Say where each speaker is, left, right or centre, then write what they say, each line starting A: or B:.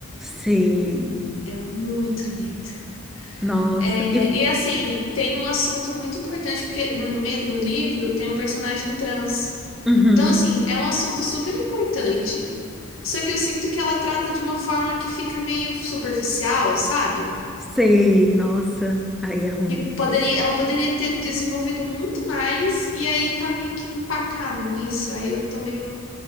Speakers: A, in the centre; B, on the left (about 70°).
A: Sei.
B: É muito lento.
A: Nossa.
B: É,
A: E...
B: E assim, tem um assunto muito importante, porque no, no me- no livro tem um personagem trans.
A: Uhum.
B: Então, assim, é um assunto super importante. Só que eu sinto que ela trata de uma forma que fica meio superficial, sabe?
A: Sei. Nossa. Aí é ruim.
B: Que poderia, ela poderia ter desenvolvido muito mais, e aí tá meio que empacado nisso. Aí eu tô meio.